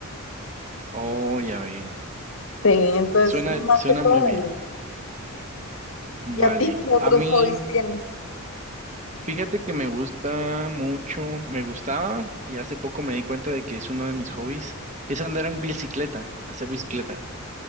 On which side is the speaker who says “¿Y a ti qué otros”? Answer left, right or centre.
Left